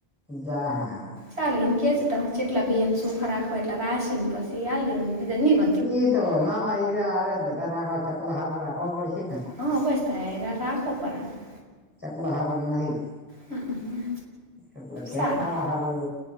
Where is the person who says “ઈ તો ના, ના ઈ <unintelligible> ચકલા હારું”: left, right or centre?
Centre